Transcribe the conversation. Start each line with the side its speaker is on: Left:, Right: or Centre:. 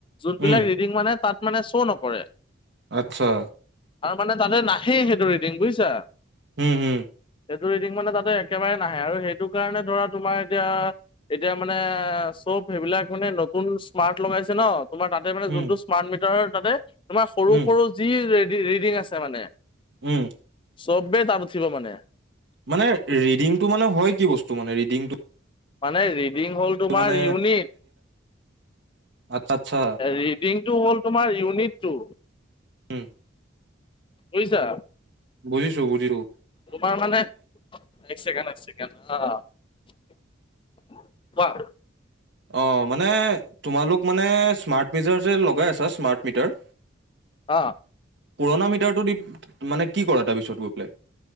Left: যোনবিলাক
Right: উম,
Left: ৰিডিং মানে তাত মানে শ্ব' নকৰে।
Right: আচ্ছা।
Left: আৰু মানে তাতে নাহেই সেইটো ৰিডিং বুজিছা।
Right: হম হম।
Left: সেইটো ৰিডিং মানে তাতে একেবাৰে নাহে আৰু সেইটো কাৰণে ধৰা তোমাৰ এতিয়া এতিয়া মানে। চব সেইবিলাক মানে নতুন স্মাৰ্ট লগাইছে ন তোমাৰ তাতে মানে
Right: উম,
Left: যোনটো স্মাৰ্ট মিটাৰ তাতে। তোমাৰ সৰু
Right: উম,
Left: সৰু যি ৰে ৰিডিং আছে মানে।
Right: উম।
Left: চবে তাৰ থিব মানে
Right: মানে ৰিডিংটো মানে হয় কি বস্তু মানে ৰিডিংটো।
Left: মানে ৰিডিং ৰিংহ'ল তোমাৰ
Right: মানে
Left: ইউনিট
Right: আচ্ছা, আচ্ছা,
Left: ৰিডিং এইটো হ'ল তোমাৰ ইউনিটটো
Right: উম
Left: বুজিছা
Right: বুজিছো, বুজিছো
Left: তোমাৰ মানে এক ছেকেণ্ড এক ছেকেণ্ড অহ কোৱা
Right: অ মানে তোমালোক মানে স্মাৰ্ট মিটাৰ যে লগাই আছা স্মাৰ্ট মিটাৰ
Left: অ
Right: পুৰণা মিটাৰটো দি মানে কি কৰা তাৰপিছত গৈ পেলাই।